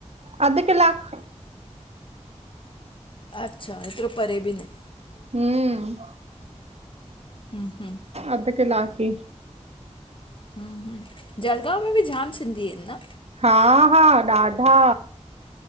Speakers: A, on the right; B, on the left.
A: अधु क्लाक।
B: अच्छा एतिरो परे बि न आहे।
A: हूं,
B: हम्म हम्म
A: अध कलाक ई
B: हु हु, जलगांव में भी ॼाम सिंधी अहन न?
A: हा हा ॾाढा